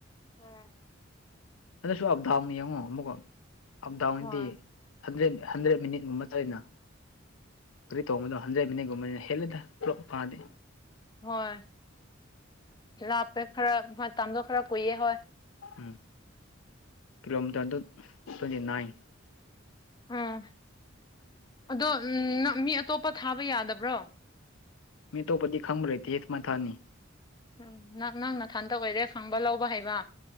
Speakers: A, on the left (about 20°); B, on the left (about 85°).
A: ꯎꯝ
B: ꯑꯗꯨꯁꯨ ꯑꯞ ꯗꯥꯎꯟ ꯌꯦꯡꯉꯣ ꯑꯃꯨꯛꯀ ꯑꯞ ꯗꯥꯎꯟꯗꯤ
A: ꯍꯣꯏ
B: ꯍꯟꯗ꯭ꯔꯦꯠ ꯍꯟꯗ꯭ꯔꯦꯠ ꯃꯤꯅꯤꯠ ꯃꯨꯝꯕ ꯆꯅ ꯀꯔꯤ ꯇꯧꯕꯅꯣ ꯍꯟꯗ꯭ꯔꯦ ꯃꯤꯅꯤꯠꯒꯨꯝꯕꯅꯤꯅ ꯍꯦꯂꯦꯗ ꯄꯨꯂꯞ ꯐꯥꯗꯦ
A: ꯍꯣꯏ ꯂꯥꯞꯄꯦ ꯈꯔ ꯍꯣꯏ ꯃꯇꯝꯗꯣ ꯈꯔ ꯀꯨꯏꯑꯦ ꯍꯣꯏ
B: ꯎꯝ ꯀꯤꯂꯣꯃꯤꯇꯔ ꯗ ꯇ꯭ꯋꯦꯟꯇꯤ ꯅꯥꯏꯜ
A: ꯎꯥ ꯑꯗꯣ ꯅꯪ ꯃꯤ ꯑꯇꯣꯞꯄ ꯊꯥꯕ ꯌꯥꯗꯕ꯭ꯔꯣ
B: ꯃꯤ ꯑꯇꯣꯞꯄꯗꯤ ꯈꯪꯕ ꯂꯩꯇꯤꯌꯦ ꯄꯜꯃ ꯊꯥꯅꯤ
A: ꯎꯝ ꯅꯪ ꯅꯪ ꯅꯊꯟꯇ ꯑꯣꯏꯔꯦ ꯈꯪꯕ ꯂꯧꯕ ꯍꯩꯕ